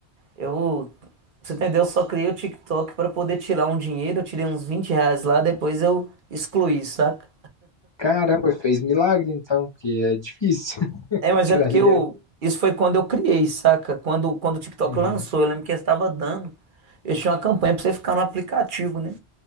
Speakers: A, on the right (about 55°); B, on the left (about 50°).
A: Eu, você entendeu? Eu só criei o TikTok pra poder tirar um dinheiro. Eu tirei uns 20 reais lá, depois eu excluí, saca?
B: caramba, fez milagre então, porque é difícil.
A: É, mas
B: Tirar
A: é porque
B: dinheiro.
A: eu isso foi quando eu criei, saca? Quando quando o TikTok
B: Uhum.
A: lançou, eu lembro que eu estava dando. Eu tinha uma campanha pra você ficar no aplicativo, né?